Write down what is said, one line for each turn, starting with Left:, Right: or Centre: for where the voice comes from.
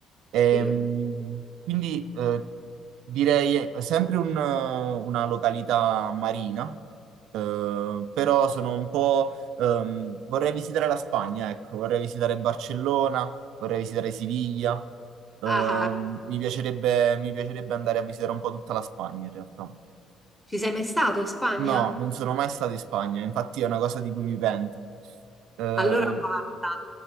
Centre: Sì.
Right: Ehm, quindi eh, direi eh, sempre un, eh, una località marina, eh, però sono un po'... ehm, vorrei visitare la Spagna, ecco, vorrei visitare Barcellona, vorrei visitare Siviglia, ehm,
Centre: Ah,
Right: mi piacerebbe, mi piacerebbe andare a visitare un po' tutta la Spagna in realtà.
Centre: ci sei mai stato in Spagna?
Right: No, non sono mai stato in Spagna, infatti è una cosa di cui mi pento. Eh,
Centre: Allora guarda,